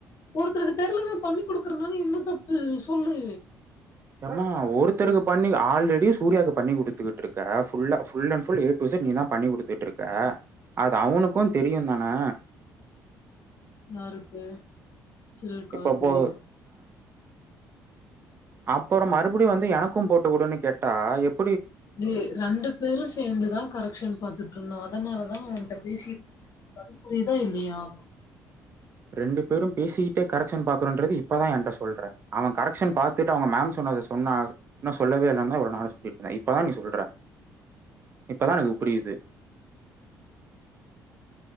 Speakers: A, on the left; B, on the right.
A: ஒருத்தருக்கு தெரியலனா பண்ணி் குடுக்குறதுனால என்ன தப்பு சொல்லு
B: ஏமா ஒருத்தருக்கு பண்ணி ஆல்ரெடி சூர்யாவுக்கு பண்ணி குடுத்துக்கிட்டு இருக்க ஃபுல்லா full and full A to இசைட் நீதான் பண்ணி குடுத்துட்டு இருக்க அது அவனுக்கும் தெரியும் தானே
A: யாருக்கு சில்க்கா
B: இப்ப
A: தெரியும்
B: போ அப்புறம் மறுபடியும் வந்து எனக்கும் போட்டுக்கொடுன்னு கேட்டா எப்
A: ஏய் ரெண்டு பேரும் சேர்ந்துதான் கரெக்ஷன் பாத்துட்டு இருந்தோம் அதனாலதான் அவன்ட்ட பேசினது புரியுதா இல்லையா
B: ரெண்டு பேரும் பேசிட்டே கரெக்ஷன் பாக்குறோன்றது இப்பதா என்ட்ட சொல்ற அவ கரெக்ஷன் பாத்துட்டு அவங்க மேம் சொன்னத சொன்னா இன்னு சொல்லவே இல்லன்னுதா இவ்ளோ நாள் சொல்லிட்டு இருந்தா இப்பதா நீ சொல்ற இப்பதா எனக்கு புரியுது